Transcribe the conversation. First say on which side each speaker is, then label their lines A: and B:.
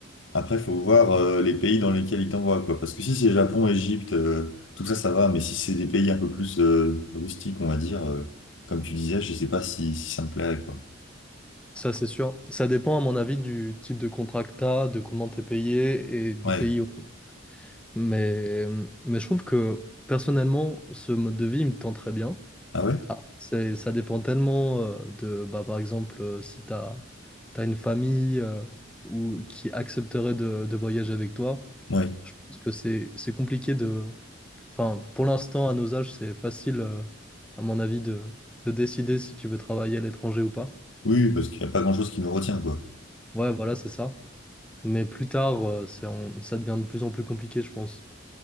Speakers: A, on the left; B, in the centre.
A: Après, faut voir euh, les pays dans lesquels ils t'envoient quoi, parce que si c'est Japon, Égypte, euh, tout ça, ça va, mais si c'est des pays un peu plus euh, rustiques, on va dire, euh, comme tu disais, je sais pas si, si ça me plairait quoi.
B: Ça, c'est sûr. Ça dépend, à mon avis, du type de contrat que t'as, de comment t'es payé et du
A: Ouais.
B: pays. où- Mais, mais je trouve que, personnellement, ce mode de vie, il me tend très bien.
A: Ah ouais?
B: Après, c'est, ça dépend tellement euh, de, bah, par exemple, euh, si t'as, t'as une famille euh, ou qui accepterait de, de voyager avec toi.
A: Ouais.
B: Je pense que c'est c'est compliqué de... Enfin, pour l'instant, à nos âges, c'est facile, euh, à mon avis, de, de décider si tu veux travailler à l'étranger ou pas.
A: Oui, parce qu'il n'y a pas grand-chose qui nous retient quoi.
B: Ouais, voilà, c'est ça. Mais plus tard, euh, c'est en- ça devient de plus en plus compliqué, je pense.